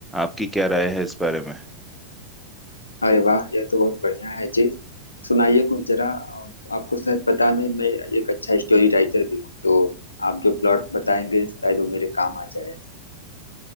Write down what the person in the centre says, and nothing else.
आपकी क्या राय है इस बारे में